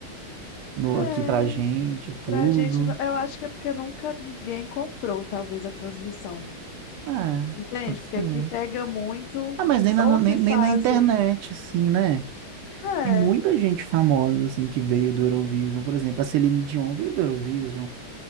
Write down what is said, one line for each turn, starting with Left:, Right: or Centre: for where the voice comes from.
Right: no
Left: É,
Right: aqui pra gente e tudo.
Left: pra gente, não- eu acho que é porque nunca ninguém comprou, talvez, a transmissão.
Right: É,
Left: Entende?
Right: pode ser.
Left: Porque aqui pega muito,
Right: Ah, mas nem na,
Left: ou
Right: nem,
Left: que
Right: nem
Left: fazem.
Right: na internet, assim, né?
Left: É,
Right: Tem muita gente famosa, assim, que veio do Eurovision. Por exemplo, a Celine Dion veio do Eurovision.